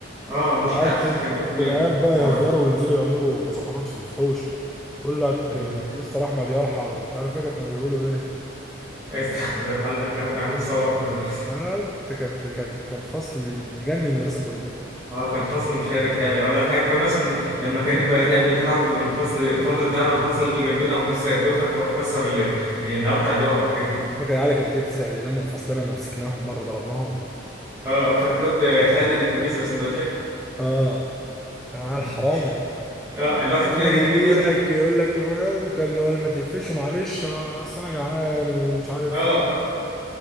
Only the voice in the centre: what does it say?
والعيال
تن...
والعيال
بقى
يهزروا
وينزلوا يعملوا مظاهرات في الفحوش يقول لك
إيه، مستر احمد يرحل ولا مش عارف فاكر كانوا بيقولوا ايه
ما انت كانت كان كان فصل مجنن المدرسه كلها
فاكر العيال كانت بتيجي تسرق الاقلام من فصلنا ما مسكناهم مره ضربناهم
اه كان عيال
حرام
بس
هو يجي
لك يقول لك آه، وكان لو أنا ما تقفش معلش آه، اصل انا جعان ومش عارف
إيه."